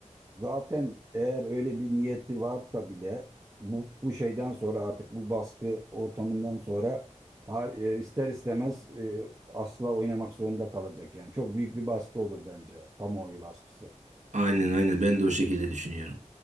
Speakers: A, on the right (about 25°); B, on the right (about 70°).
A: Zaten eğer öyle bir niyeti varsa bile bu, bu şeyden sonra artık bu baskı ortamından sonra ha- e, ister istemez e, asla oynamak zorunda kalacak yani. Çok büyük bir baskı olur bence kamuoyu baskısı.
B: Aynen aynen ben de o şekilde düşünüyorum.